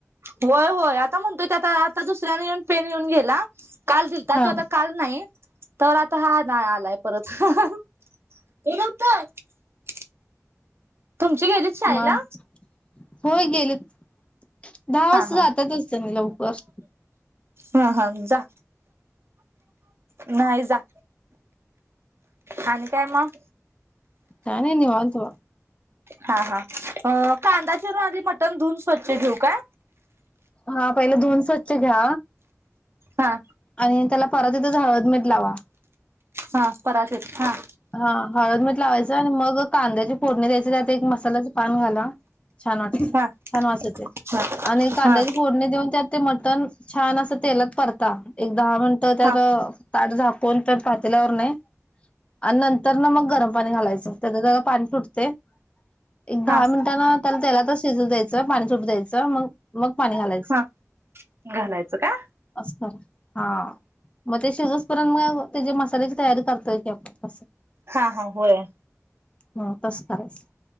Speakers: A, on the right (about 50°); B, on the left (about 20°).
A: व्हय व्हय आता म्हणतोय त्या आता आता दुसऱ्याने येऊन पेन घेऊन गेला. काल दिलता त्यो
B: हा
A: आता काल नाही तवर आता हा नाही आलाय. परत <unintelligible> तुमची गेलीत शाळेला?
B: मग होय गेलेत दहा वाजता
A: हा हा
B: जातातच ते लवकर.
A: हा हा जा नाही जा. अन काय मग.
B: काय नाय निवांत.
A: हा हा अ कांदा चिरून आधी मटण धुऊन स्वच्छ घेऊ काय?
B: हा पहिले धुऊन स्वच्छ घ्या.
A: हा
B: आणि त्याला परातित इथं हळद मीठ लावा.
A: हा परातीत हा.
B: हा हळद मीठ लावायचं आणि मग कांद्याची फोडणी द्यायची त्यात एक मसाल्याचं पान घाला. छान वास
A: हा
B: छान वास येतोय
A: हा
B: आणि कांद्याची
A: हा
B: फोडणी देऊन त्यात ते मटण छान असं तेलात परता एक दहा मिनिटं तर
A: हा
B: ताट झाक कोनत पातील्यावर नाही आणि नंतर ना मग गरम पाणी घालायचं त्याच जरा पाणी सुटते एक दहा
A: हा
B: मिनटान त्याला तेलातच शिजू द्यायचं पाणी सुटू द्यायचं मग मग पाणी घालायचं.
A: हा घालायचं का
B: अस हा मग ते शिजुस पर्यंत मग ते जे मसाल्याची तयारी करतोय की आपण कसं.
A: हा हा बोला.
B: मग कस करायच